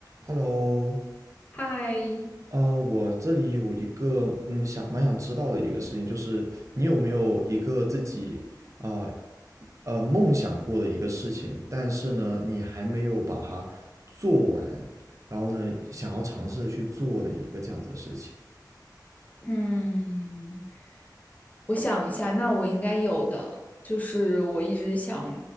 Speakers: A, on the right (about 45°); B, on the left (about 20°).
A: Hello，
B: 嗨，
A: 呃，我这里有一个嗯，想蛮想知道的一个事情，就是你有没有一个自己啊呃，呃梦想过的一个事情，但是呢，你还没有把它做完，然后呢，想要尝试的去做的一个这样子的事情。
B: 嗯，我想一下，那我应该有的，就是我一直想